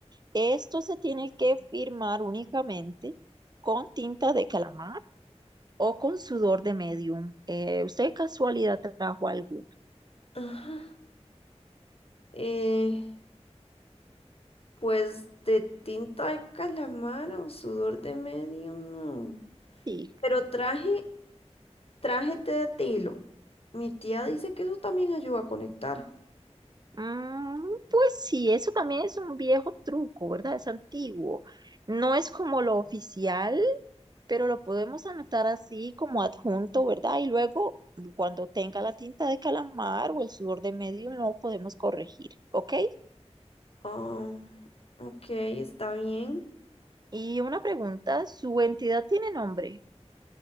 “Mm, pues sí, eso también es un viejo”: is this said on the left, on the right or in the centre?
Right